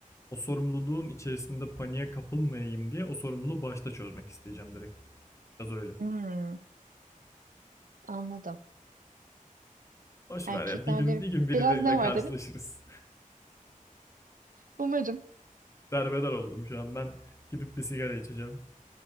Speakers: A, on the left; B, on the right.
A: o sorumluluğun içerisinde paniğe kapılmayayım diye o sorumluluğu başta çözmek isteyeceğim direkt. Biraz öyle.
B: Hmm, anladım.
A: Boş
B: Erkeklerde
A: ver ya bir gün bir gün birileriyle
B: biraz ne
A: karşılaşırız.
B: var dedin? Umarım.
A: <laughs> Derbeder oldum şu an. Ben gidip bir sigara içeceğim.